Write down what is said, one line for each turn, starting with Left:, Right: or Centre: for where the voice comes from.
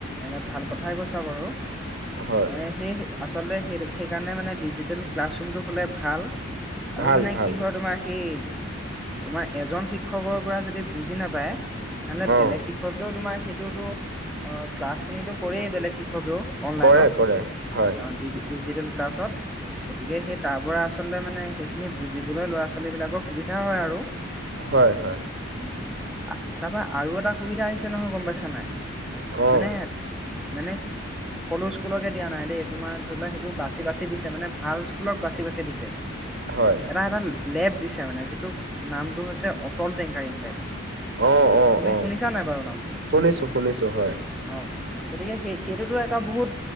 Centre: এনে ভাল কথাই কৈছা বাৰু। এই-
Right: হয়
Centre: সেয়েহে, আচলতে সেই সেইকাৰণে মানে ডিজিটেল ক্লাছৰূমটো হ'লে ভাল। আৰু
Right: ভাল
Centre: মানে
Right: ভাল
Centre: কি হয়, তোমাৰ সেই তোমাৰ এজন শিক্ষকৰ পৰা যদি বুজি নাপায়, তেনেহ'লে
Right: অ
Centre: বেলেগ শিক্ষ কেও তোমাৰ সেইটোতো, অ', ক্লাছখিনিতো কৰেই বেলেগ শিক্ষকেও। অনলাইনত,
Right: কৰে কৰে হয়
Centre: ডিজ-ডিজিটেল ক্লাছত। গতিকে সেই তাৰপৰা আচলতে মানে সেইখিনি বুজিবলৈ ল'ৰা-ছোৱালীবিলাকৰ সুবিধা হয় আৰু।
Right: হয়, হয়।
Centre: উম, আ, তাৰপৰা আৰু এটা সুবিধা আহিছে নহয়, গম পাইছা নে নাই?
Right: অ
Centre: মানে, মানে সকলো স্কুলকেই দিয়া নাই দেই, তোমাৰ ধৰি লোৱা, সেইবোৰ বাচি, বাচি দিছে, মানে ভাল স্কুলক বাচি, বাচি দিছে।
Right: হয়।
Centre: এটা-এটা লেব দিছে, মানে যিটোৰ নামটো হৈছে, অটল টেংকাৰিং লেব।
Right: অ', অ'।
Centre: তুমি
Right: অ
Centre: শুনিছা নে নাই বাৰু নামটো?
Right: শুনিছো শুনিছো হয়
Centre: অ', গতিকে সেই, সেইটোতো এটা বহুত